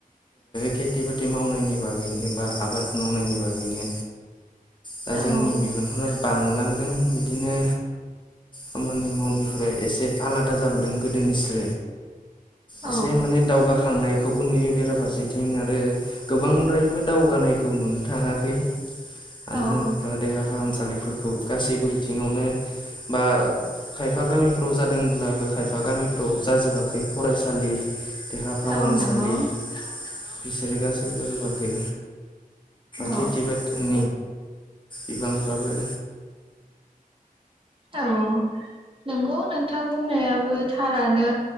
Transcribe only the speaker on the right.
औ
औ
औ
औ नंगौ
औ
औ नंगौ नोंथां बुंनायाबो थारानो